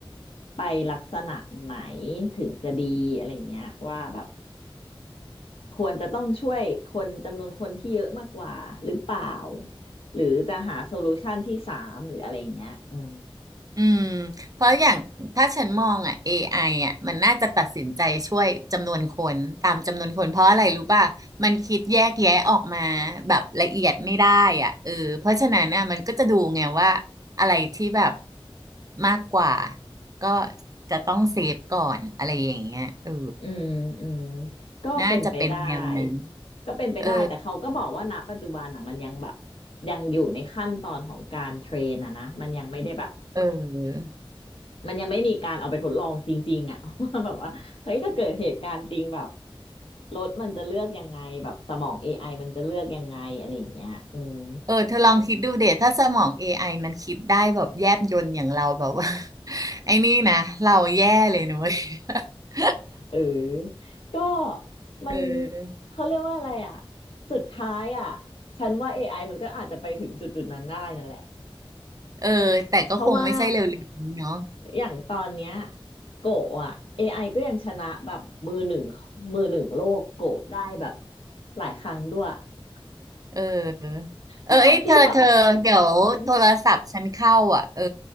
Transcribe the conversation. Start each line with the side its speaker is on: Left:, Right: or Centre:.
Left: ไปลักษณะไหนถึงจะดีอะไรอย่างเงี้ยว่าแบบควรจะต้องช่วยคนจำนวนคนที่เยอะมากกว่าหรือเปล่าหรือจะหาโซลูชันที่สามหรืออะไรอย่างเงี้ยอืม
Right: อืมเพราะอย่างถ้าฉันมองอ่ะ AI อไออ่ะมันน่าจะตัดสินใจช่วยจำนวนคนตามจำนวนคนเพราะอะไรรู้ป่ะมันคิดแยกแยะออกมาแบบละเอียดไม่ได้อ่ะเออเพราะฉะนั้นน่ะมันก็จะดูไงว่าอะไรที่แบบมากกว่าก็จะต้องเซฟก่อนอะไรอย่างเงี้ยเออ
Left: อืมอืมก็เป็นไปได้
Right: น่าจะเป็นแนวนั้น
Left: ก็เป็นไปได้แต่เขาก็บอกว่าณปัจจุบันอ่ะมันยังแบบ
Right: เออ
Left: ยังอยู่ในขั้นตอนของการเทรนอ่ะนะมันยังไม่ได้แบบ
Right: เออ
Left: มันยังไม่มีการเอาไปทดลองจริงๆอ่ะ <laughs> ว่าแบบว่าเฮ้ยถ้าเกิดเหตุการณ์จริงแบบรถมันจะเลือกยังไงแบบสมองเอไอมันจะเลือกยังไงอะไรอย่างเงี้ยอืม
Right: เออเธอลองคิดดูเดถ้าสมอง AI มันคิดได้แบบแยบยลอย่างเราแบบว่า <laughs> ไอ้นี่นะเราแย่เลยนุ้ย <laughs>
Left: เออก็มัน
Right: เออ
Left: เขาเรียกว่าอะไรอ่ะสุดท้ายอ่ะฉันว่า AI มันก็อาจจะไปถึงจุดๆนั้นได้นั่นแหละ
Right: เออแต่ก็คงไม่ใช่เร็วๆนี้เนาะ
Left: เพราะว่า อย่างตอนเนี้ยโกะอ่ะ AI ก็ยังชนะแบบมือหนึ่งมือหนึ่งโลกโกะได้แบบหลายครั้งด้วย <laughs>
Right: เออเออเอ้ยเธอเธอเดี๋ยวโทรศัพท์ฉันเข้าอ่ะเออ
Left: ทั้งทั้งที่แบบหืม